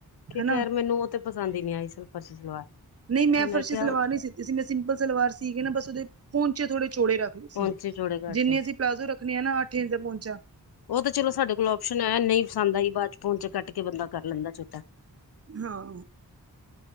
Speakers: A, on the left; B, on the right.
A: ਕਿ
B: ਹਨਾ
A: ਖੈਰ ਮੇਨੂੰ ਓ ਤੇ ਪਸੰਦ ਈ ਨੀਂ ਆਈ, ਫਰਸ਼ੀ ਸਲਵਾਰ।
B: ਨਈਂ
A: ਤੇ
B: ਮੈਂ ਫਰਸ਼ੀ
A: ਕਿਹਾ
B: ਸਲਵਾਰ ਨੀਂ ਸੀਤੀ ਸੀ, ਮੈਂ ਸਿੰਪਲ ਸਲਵਾਰ ਸੀ ਕੇ ਨਾ ਬਸ ਓਦੇ ਪੋਂਚੇ ਥੋੜੇ ਚੋੜੇ ਰੱਖ ਲਏ
A: ਪਹੁੰਚੇ
B: ਸੀ,
A: ਜੋੜੇ ਕਰਦੇ
B: ਜਿੰਨੇ
A: ਨੇ
B: ਅਸੀ ਪਲਾਜ਼ੋ ਰੱਖਣੇ ਆ ਨਾ ਅੱਠ ਇੰਚ ਦਾ ਪੋਂਚਾ
A: ਓ ਤਾਂ ਚਲੋ ਸਾਡੇ ਕੋਲ ਓਪਓਸ਼ਨ ਐ ਨਈਂ ਪਸੰਦ ਆਈ ਬਾਦ ਚ ਪੋਂਚਾ ਕੱਟ ਕੇ ਬੰਦਾ ਕਰ ਲੈਂਦਾ ਛੋਟਾ।
B: ਹਾਂ।